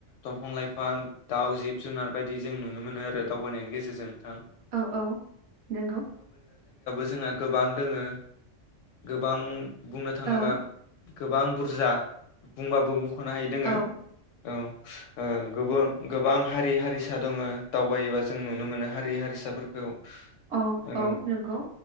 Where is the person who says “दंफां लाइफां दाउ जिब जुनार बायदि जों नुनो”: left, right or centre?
Left